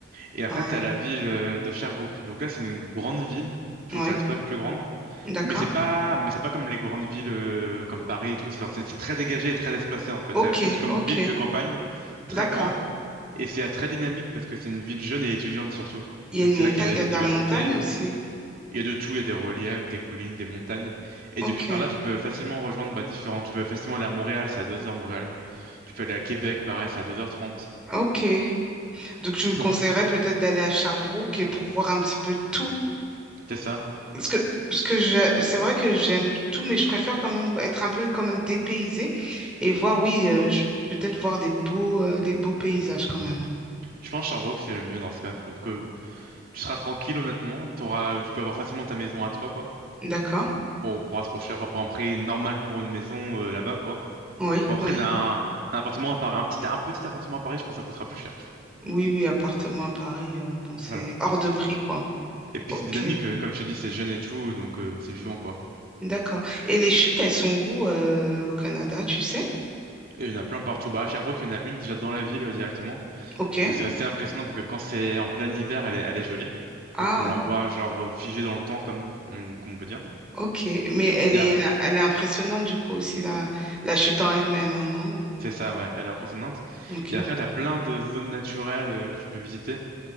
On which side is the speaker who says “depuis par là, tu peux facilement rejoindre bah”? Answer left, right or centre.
Right